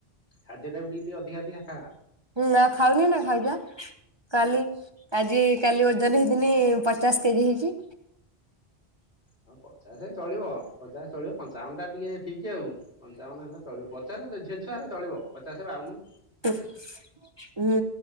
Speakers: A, on the left (about 75°); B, on the right (about 25°).
A: ଖାଦ୍ୟ ଟା ବି ଟିକେ ଟିକେ ଅଧିକା ଅଧିକା ଖା।
B: ହୁଁ ନା ଖାଉନି ନା ଖାଇଯା କାଲି ଆଜି କାଲି ଓଜନ ହେଇଥିନି ପଚାଶ କେଜି ହେଇଛି‌।
A: ହଉ ପଚାଶ ଚଳିବ ପଚାଶ ଚଳିବ ପଞ୍ଚାବନଟା ଟିକେ ଠିକ୍ ଆଉ। ପଞ୍ଚାବନ ହେଲେ ଚଳିବ ପଚାଶ ଝିଅ ଛୁଆ ହେରେ ଚଳିବ ପଚାଶ ବାଉନ।
B: ହୁଁ